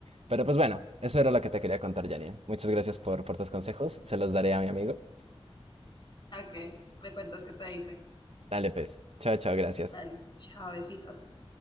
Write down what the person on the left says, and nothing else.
Ok, me cuentas qué te dice.
Dale, chavecitos.